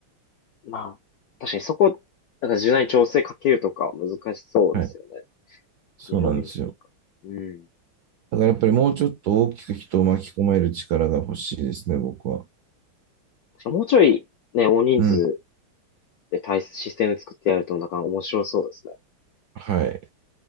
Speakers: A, on the left; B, on the right.
A: まあ、確かにそこ、なんか柔軟に調整かけるとかは難しそうですよね。
B: はい、そうなんですよ。
A: 非常にというか。うん。
B: だからやっぱりもうちょっと大きく人を巻き込める力が欲しいですね、僕は。
A: 確かにもうちょい、ね、大人数
B: うん、
A: で対システム作ってやるとなんか面白そうですね。
B: はい。